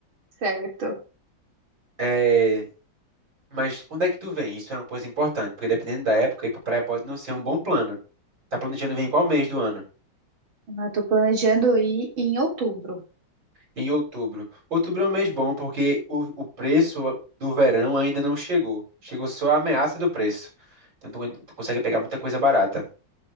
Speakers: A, on the right; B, on the right.
A: Certo.
B: É, Mas quando é que tu vem? Isso é uma coisa importante, porque dependendo da época, ir pra praia pode não ser um bom plano. Tá planejando vir em qual mês do ano?
A: Eu tô planejando ir em outubro.
B: Em outubro. Outubro é um mês bom porque o, o preço do verão ainda não chegou. Chegou só a ameaça do preço. Então tu, tu consegue pegar muita coisa barata.